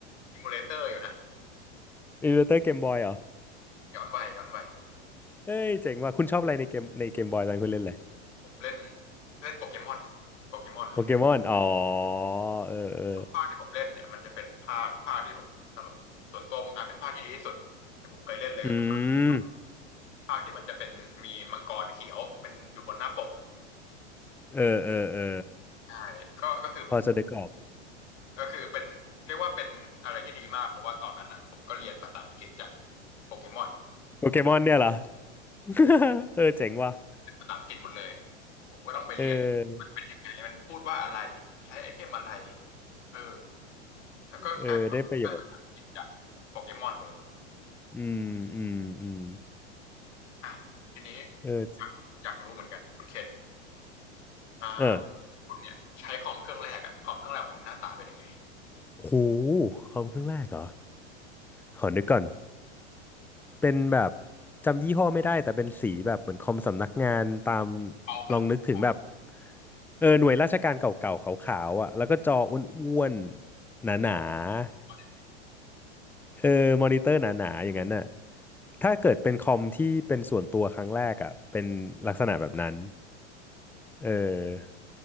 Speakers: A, on the left (about 80°); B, in the centre.
A: อิมูเลเตอร์อยู่นะ
B: อิลลูเตอร์เกมบอยเหรอ
A: ย้อนวัยย้อนวัย
B: เอ้ย เจ๋งว่ะคุณชอบอะไรในเกมในเกมบอยตอนคุณเล่นเลย
A: เล่นเล่นโปเกมอนโปเกมอนเลย
B: โปเกมอนอ๋อเออเออ
A: ทุกภาคที่ผมเล่นเนี่ยมันจะเป็นภาคภาคที่ผมสำหรับส่วนตัวผมนะเป็นภาคที่ดีที่สุดที่ผมเคยเล่นเลยก็คือภาค
B: อืม
A: ภาคที่มันจะเป็นมีมังกรเขียวเป็นอยู่บนหน้าปก
B: เออเออเออ
A: ใช่ก็ก็คือผม
B: พอจะได้กรอบ
A: ก็คือเป็นเรียกว่าเป็นอะไรที่ดีมากเพราะว่าตอนนั้นอ่ะผมก็เรียนภาษาอังกฤษจากโปเกมอน
B: โปเกมอนเนี่ยเหรอ <laughs> เออเจ๋งว่ะ
A: เป็นภาษาอังกฤษหมดเลยผมก็ต้องไปเรียนมันเป็นยังไงมันพูดว่าอะไร
B: เออ
A: ใช้ไอเทมอะไรเออแล้วก็กลายเป็นว่าได้ภาษาอังกฤษจากโปเกมอนเลย
B: เออได้ประโยชน์อืมอืมอืม
A: อ่ะทีนี้
B: เออ
A: อยากอยากรู้เหมือนกันคุณเคนอ่า
B: เออ
A: คุณเนี่ยใช้คอมเครื่องแรกอะคอมเครื่องแรกของคุณหน้าตาเป็นยังไง
B: หูคอมเครื่องแรกเหรอขอนึกก่อนเป็นแบบจำยี่ห้อไม่ได้แต่เป็นสีแบบเหมือนคอมสำนักงานตาม
A: เก่าปะเก่า
B: ลองนึกถึงแบบเออหน่วยราชการเก่าๆขาวๆอ่ะแล้วก็จออ้วนๆหนาๆ
A: โคตรเก่าเลย
B: เออมอนิเตอร์หนาๆอย่างนั้นน่ะถ้าเกิดเป็นคอมที่เป็นส่วนตัวครั้งแรกอ่ะเป็นลักษณะแบบนั้นเออ